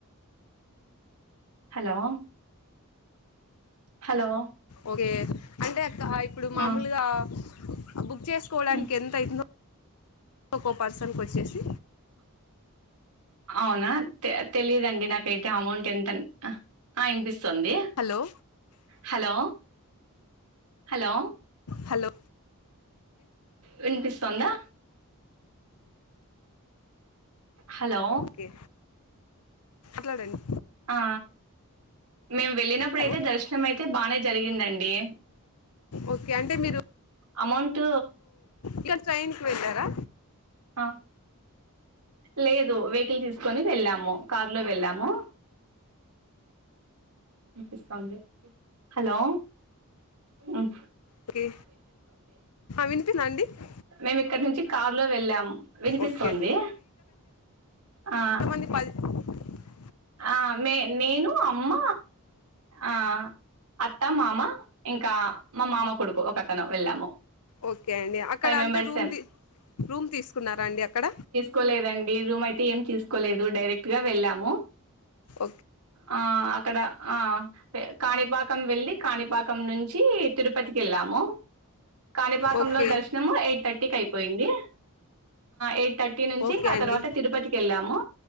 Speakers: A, on the right (about 85°); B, on the left (about 85°).
A: హలో హలో!
B: ఓకే అంటే అక్క ఇప్పుడు మామూలుగా
A: ఆ!
B: బుక్ చేసుకోవడానికి
A: హ్మ్.
B: ఎంత అయితుందో ఒకో పర్సన్ కొచ్చేసి
A: అవునా తే తెలిదండి నాకైతే అమౌంట్ ఎంత అ వినిపిస్తుంది
B: హలో
A: హలో హలో
B: హలో
A: వినిపిస్తుందా హలో
B: ఒకే మాట్లాడండి
A: ఆ మేము వెళ్ళినప్పుడు
B: హలో
A: అయితే దర్శనం అయితే బానే జరిగిందండి
B: ఓకే అంటే మీరు
A: అమౌంట్
B: ఇక ట్రైన్కి వెళ్ళారా
A: ఆ లేదు వెహికల్ తీసుకొని వెళ్ళాము కారులో వెళ్ళాము వినిపిస్తోంది హలో ఉం
B: ఓకే వినిపింద అండి <unintelligible>
A: మేము ఇక్కడ నుంచి కారులో వెళ్ళాం వినిపిస్తుంది
B: ఓకే
A: ఆ
B: కంపాది <unintelligible>
A: ఆ మే నేను అమ్మ ఆ అత్త మామ ఇంకా మా మామ కొడుకు ఒక అతను వెళ్ళాము
B: ఓకే అండి అక్కడ
A: ఫైవ్ మెంబర్స్
B: అంటే రూమ్ తీ రూమ్ తీసుకున్నారా అండి అక్కడ
A: కోలేదండి రూమ్ అయితే ఏం తీసుకోలేదు డైరెక్ట్ గా వెళ్ళాము
B: ఓకే
A: ఆ అక్కడ ఆ కాణిపాకం వెళ్ళి కాణిపాకం నుంచి తిరుపతికి వెళ్ళాము కాణిపాకంలో
B: ఓకే
A: దర్శనము ఎయిట్ థర్టీ థర్టీకి అయిపోయింది ఎయిట్ థర్టీ నుంచి
B: ఓకే
A: ఆ
B: అండి
A: తర్వాత తిరుపతికి వెళ్ళాము